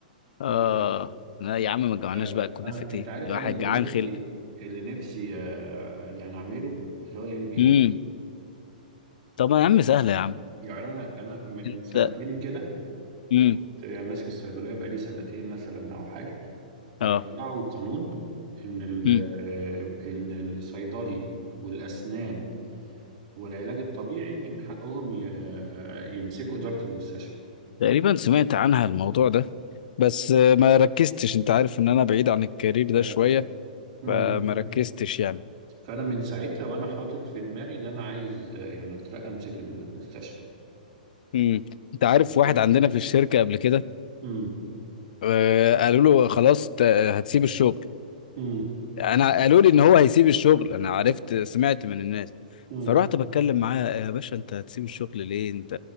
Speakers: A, on the left; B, on the right.
A: اه
B: اه
A: لا يا عم ما جمعناش
B: لا لا
A: بقى كنافة
B: انا انت
A: ايه
B: عارف
A: الواحد
B: انا اللي
A: جعان
B: نفسي
A: خلق
B: اللي نفسي آه، يعني اعمله اللي هو الام بي
A: امم
B: اي
A: طب يا عم سهلة يا عم
B: يعني انا انا من
A: انت
B: سنتين كده
A: امم
B: كنت ماسك الصيدلية بقالي سنتين مثلا او حاجة فطلعوا
A: اه
B: قانون ان ال...
A: امم
B: آه، ان الصيدلي والاسنان والعلاج الطبيعي من حقهم ي... آه، يمسكوا إدارة المستشفى
A: تقريبا سمعت عنها الموضوع ده بس آه، ما ركزتش انت عارف ان انا بعيد عن الكارير ده
B: لا لا مم.
A: ف- يعني
B: فانا من ساعتها وانا حاطط في دماغي ان انا عايز آه، يعني اترقى امسك المستشفى
A: امم انت عارف
B: <laughs>
A: واحد عندنا في الشركة قبل كده
B: امم
A: آه، قالوا له خلاص ت- هتسيب الشغل
B: امم
A: انا قالوا لي ان هو هيسيب الشغل انا عرفت سمعت من الناس
B: امم
A: فروحت بتكلم معاه يا باشا انت هتسيب الشغل ليه انت